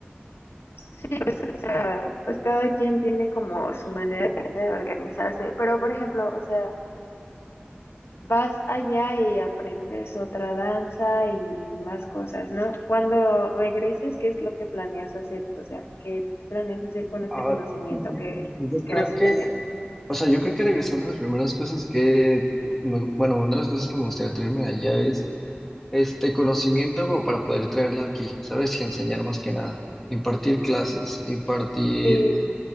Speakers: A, on the left; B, in the centre.
A: Sí, pues, o sea, pues cada quien tiene como su manera de organizarse, pero por ejemplo, o sea, vas allá y aprendes otra danza y más cosas, ¿no? Cuando regreses, ¿qué es lo que planeas hacer? O sea, ¿qué planeas hacer con este
B: Ah,
A: conocimiento que,
B: yo creo
A: que vas a
B: que
A: tener?
B: O sea, yo creo que regresando a las primeras cosas que, me- bueno, una de las cosas que me gustaría traerme de allá es este conocimiento como para poder traerlo aquí, ¿sabes? Y enseñar más que nada, impartir clases, impartir,
A: Sí,